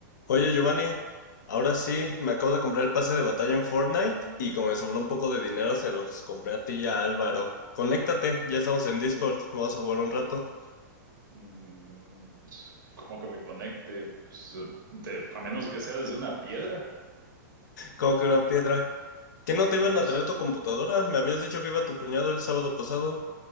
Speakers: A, on the left (about 65°); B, on the right (about 85°).
A: Oye Giovanni, ahora sí, me acabo de comprar el pase de batalla en Fortnite y como me sobró un poco de dinero se los compré a ti y a Álvaro. Conéctate, ya estamos en Discord, vamos a jugar un rato.
B: Mm, pues, ¿cómo que me conecte? Pues, de- a menos que sea desde una piedra.
A: Como que una piedra? ¿Que no te iban
B: Pues,
A: a traer tu computadora? Me habías dicho que iba tu cuñado el sábado pasado.